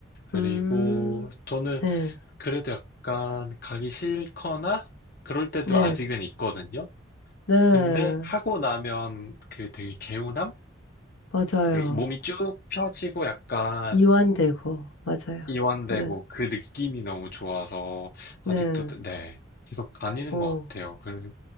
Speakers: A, on the left (about 50°); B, on the left (about 85°).
A: 그리고
B: 음,
A: 저는
B: 네,
A: 그래도 약간 가기 싫거나 그럴 때도
B: 네,
A: 아직은 있거든요.
B: 네,
A: 근데 하고 나면 그 되게 개운함?
B: 맞아요.
A: 그 몸이 쭉 펴지고 약간
B: 이완되고, 맞아요.
A: 이완되고
B: 네,
A: 그 느낌이 너무 좋아서
B: 네,
A: 아직도, 네, 계속 다니는
B: 어.
A: 것 같아요. 그,